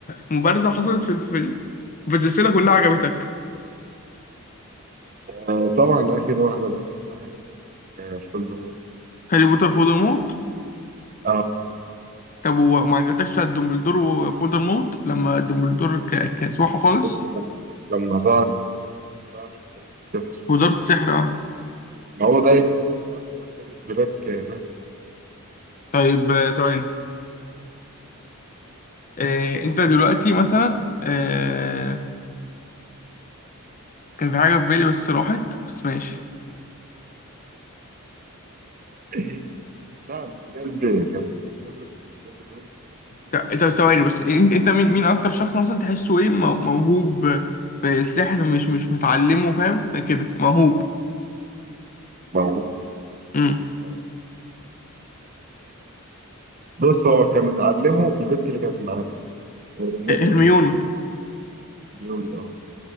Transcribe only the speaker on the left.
مبارزه حصلت في الفيلم في السلسله كلها عجبتك
هاري بوتر فولدرمورت
طب وما عجبتكش بتاعت دومبلدور وفولدرمورت لما دومبلدور ك- كسوحه خالص
في وزاره السحر اه
طيب آه، ثواني آه، انت دلوقتي مثلا آه، كان في حاجه في بالي بس راحت بس ماشي
ط-
طب ثواني بس انت انت مين مين اكتر شخص مثلا تحسه ايه مو- موهوب في السحر مش مش متعلمه فاهم كده موهوب
امم
هرميوني